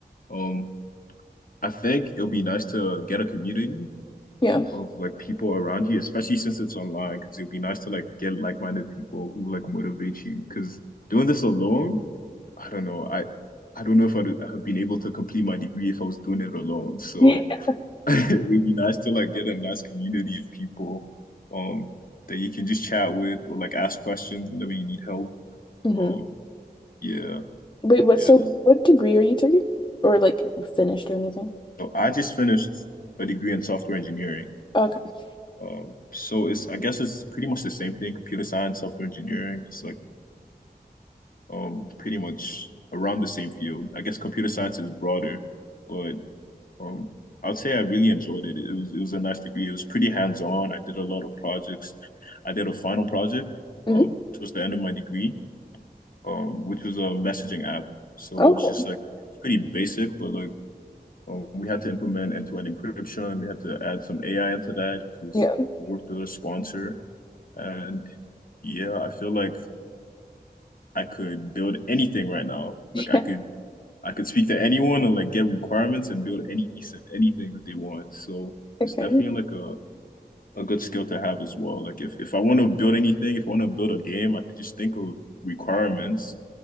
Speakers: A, on the left; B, on the left.
A: Um, I think it'll be nice to get a community
B: yeah.
A: of like people around you, especially since it's online, because it'll be nice to like get like-minded people who like motivate you. Because doing this alone, I don't know. I I don't know if I'd have been able to complete my degree if I was doing it alone. So
B: <laughs>
A: <laughs> it'd be nice to like get a nice community of people, um, that you can just chat with or like ask questions whenever you need help.
B: hmm
A: Um, yeah,
B: Wait, what
A: yeah,
B: so
A: that's
B: what degree are you taking? Or like finished or anything?
A: So I just finished a degree in software engineering.
B: Okay.
A: Um, so it's I guess it's pretty much the same thing, computer science, software engineering. It's like um pretty much around the same field. I guess computer science is broader, but um I would say I really enjoyed it. It was it was a nice degree. It was pretty hands-on. I did a lot of projects. I did a final project
B: hmm
A: um towards the end of my degree, um, which was a messaging app. So
B: Oh,
A: it was
B: cool.
A: just like it's pretty basic, but like Um, we had to implement end-to-end encryption. We had to add some AI into that because
B: Yeah.
A: we worked with a sponsor. And yeah, I feel like I could build anything right now.
B: <laughs>
A: Like I
B: Yeah.
A: could I could speak to anyone and like get requirements and build any anything that they want. So
B: Okay.
A: it's definitely like a a good skill to have as well. Like if if I want to build anything, if I want to build a game, I could just think of requirements